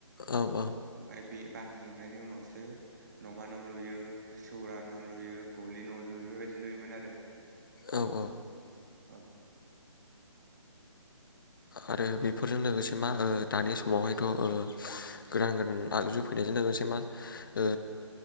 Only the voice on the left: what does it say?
औ औ।
औ औ।
आरो बेफोरजों लोगोसे मा ओ दानि समावहायथ' ओ गोदान गोदान आगजु फैनायजों लोगोसे मा ओ